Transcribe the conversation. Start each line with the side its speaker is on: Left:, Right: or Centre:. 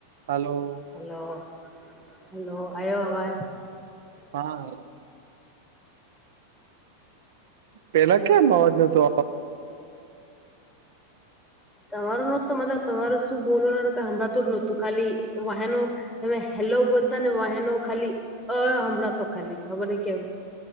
Right: Hello-
Centre: hello hello આવ્યો આવાજ
Right: હા પેલા કેમ અવાજ નતો
Centre: તમારો નોતતો મતલબ તમારો શું બોલો હમણાં તો જ નોતું ખાલી વાહેનો તમે હેલો બોલતા ને વાહનો ખાલી અ હમણાં તો ખાલી ખબર નહી કેમ